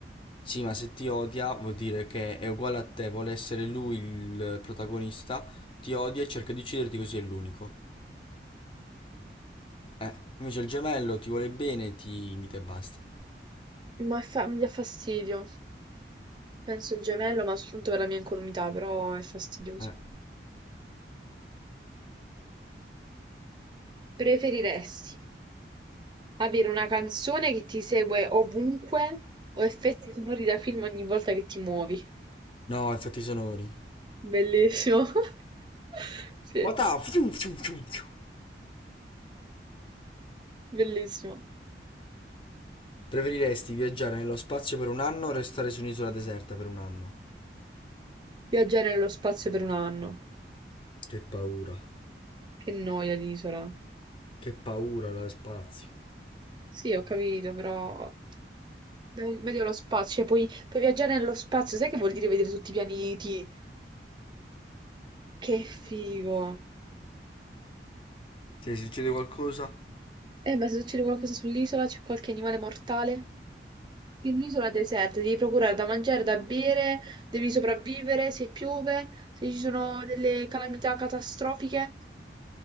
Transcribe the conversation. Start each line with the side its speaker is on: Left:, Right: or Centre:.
Left: Sì, ma se ti odia vuol dire che è uguale a te, vuole essere lui il protagonista, ti odia e cerca di ucciderti così è l'unico. Eh, invece il gemello ti vuole bene, ti imita e basta.
Right: Ma è fa- mi dà fastidio. Penso il gemello, ma soltanto per la mia incolumità, però è fastidioso.
Left: Eh.
Right: Preferiresti avere una canzone che ti segue ovunque o effetti sonori da film ogni volta che ti muovi?
Left: No, effetti sonori.
Right: Bellissimo. <laughs> Sì.
Left: What up? Fiu, fiu, fiu, fiu.
Right: Bellissimo.
Left: Preferiresti viaggiare nello spazio per un anno o restare su un'isola deserta per un anno?
Right: Viaggiare nello spazio per un anno.
Left: Che paura.
Right: Che noia l'isola.
Left: Che paura la spazio.
Right: Sì, ho capito, però... dai, Meglio lo spazio, cioè puoi, puoi viaggiare nello spazio, sai che vuol dire vedere tutti i pianeti? Che figo.
Left: Ti succede qualcosa?
Right: Eh, ma se succede qualcosa sull'isola, c'è qualche animale mortale? In un'isola deserta devi procurare da mangiare, da bere, devi sopravvivere, se piove, se ci sono delle calamità catastrofiche,